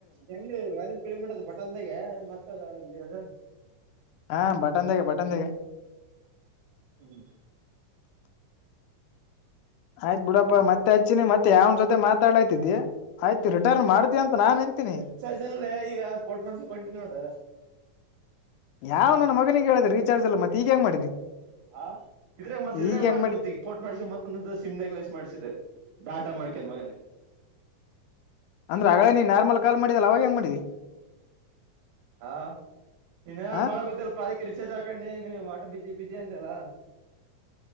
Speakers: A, on the right; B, on the left.
A: ಹೆಂಗ ವಾಲ್ಯುಂ ಕಡಿಮೆ ಇಡದ್ ಬಟನ್ದಾಗೆ ಮತ್ತ ಅದಲಿ ಅದ.
B: ಹಾ ಬಟನ್ದಾಗ ಬಟನ್ದಾಗ.
A: ಹ್ಮ್
B: ಆಯ್ತ್ ಬಿಡಪ್ಪ ಮತ್ತೆ ಹಚ್ಚಿನಿ ಮತ್ತೆ ಯಾವನ ಜೊತೆ ಮಾತಾಡ್ಲಕತ್ತಿದಿ. ಆಯ್ತು ರಿಟರ್ನ್ ಮಾಡ್ತೀಯಾ ಅಂತ ನಾನ್ ಅಂತೀನಿ.
A: ರಿಚಾರ್ಜ್ ಇಲ್ವೇ ಈಗ ಪೋರ್ಟ್ ಮಾಡ್ಸಕ ಒಂಟಿನ್ ನೋಡು.
B: ಯಾವ ನನ್ನ ಮಗನಿಗೆ ಹೇಳಿದ ರೀಚಾರ್ಜ್ ಇಲ್ಲ ಮತ್ತೆ ಈಗ ಹೆಂಗ ಮಾಡಿದಿ?
A: ಹ ಇದ್ರಾಗ ಮತ್ತ ಇದ್ರಾಗ
B: ಈಗ ಹೆಂಗ್
A: ಮಾಡುದು
B: ಮಾಡಿ
A: ಮತ್ತೆ ಪೋರ್ಟ್ ಮಾಡಿಸ್ಕೆಂಡ್ ಬಂದ್ ಸಿಮ್ನಗ್ಲಾಸಿ ಮಾಡ್ಸಿದೆ ಟಾಟ ಮಾಡ್ಕೊಂಡ್ ಮಗನೆ.
B: ಅಂದ್ರೆ ಹಗಳೇ ನೀ ನಾರ್ಮಲ್ ಕಾಲ್ ಮಾಡಿದಿಲ್ಲ ಅವಾಗ ಹೆಂಗ್ ಮಾಡಿದ್ದಿ?
A: ಹಾ ಇನ್ನೇದ್
B: ಹಾ
A: ಮಾಡಕ್ ಗೊತ್ತಲ್ಲಪ್ಪ ಅದಕ್ಕೆ ರಿಚಾರ್ಜ ಹಾಕೊಂಡಿನಿ ನೀ ವಟ್ಟು ಬಿಸಿ ಬಿಸಿ ಅಂದೆಲಾ.